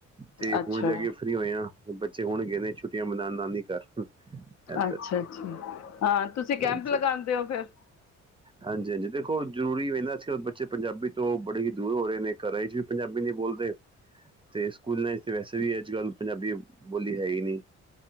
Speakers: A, on the right; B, on the left.
A: ਤੇ
B: ਅੱਛਾ
A: ਹੁਣ ਜਾ ਕੇ ਫ੍ਰੀ ਹੋਏ ਆ, ਬੱਚੇ ਹੁਣ ਗਏ ਨੇ ਛੁੱਟੀਆਂ ਮਨਾਉਣ ਨਾਨੀ ਘਰ ਐਦਰ,
B: ਅੱਛਾ ਅੱਛਾ ਹਾਂ ਤੁਸੀਂ
A: ਹਾਂਜੀ।
B: ਕੈਂਪ ਲਗਾਉਂਦੇ ਹੋ ਫਿਰ
A: ਹਾਂਜੀ, ਹਾਂਜੀ। ਦੇਖੋ, ਜ਼ਰੂਰੀ ਵੇ ਨਾ, ਅੱਜਕਲ ਬੱਚੇ ਪੰਜਾਬੀ ਤੋਂ ਬੜੇ ਹੀ ਦੂਰ ਹੋ ਰਹੇ ਨੇ। ਘਰ ਵਿਚ ਵੀ ਪੰਜਾਬੀ ਨੀ ਬੋਲਦੇ ਤੇ ਸਕੂਲਾਂ ਵਿੱਚ ਤੇ ਵੈਸੇ ਵੀ, ਅੱਜ ਕੱਲ੍ਹ ਪੰਜਾਬੀ ਬੋਲੀ ਹੈ ਈ ਨੀ।